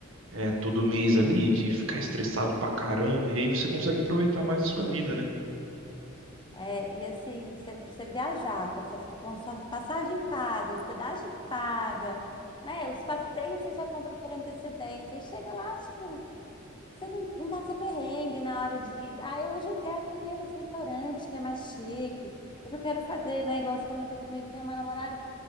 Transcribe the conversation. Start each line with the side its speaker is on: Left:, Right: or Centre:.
Right: é, todo mês ali, de ficar estressado pra caramba, e aí você consegue aproveitar mais a sua vida, né?
Left: É, e assim, você você viajar com a sua, com a sua passagem paga, hospedagem paga, né? Os passeios você já compra por antecedência e chega lá, tipo, Você não, não passa perrengue na hora de. Ah, eu- hoje eu quero comer nesse restaurante que é mais chique. Hoje eu quero fazer, né? Igual você comentou comigo, tem uma namorada.